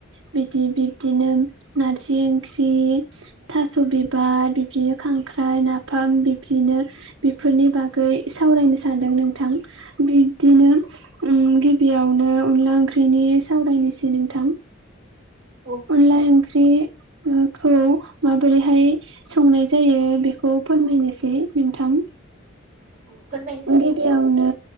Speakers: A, on the right; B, on the right.
A: बिदि बिब्दिनो नारज जि ओंख्रि, थास' बिबार बिब्दिनो खांख्राइ, नाफाम बिब्दिनो बेफोरनि बागै सावरायनो सानदों नोंथां। बिब्दिनो उम गिब बेयावनो अनला ओंख्रिनि सावरायनोसै नोंथां।
B: औ
A: अनला ओंख्रि ओखौ माबोरैहाय संनाय जायो बेखौ फोरमायनोसै नोंथां।
B: औ फोरमाय
A: ओ गिबियावनो
B: नोंथां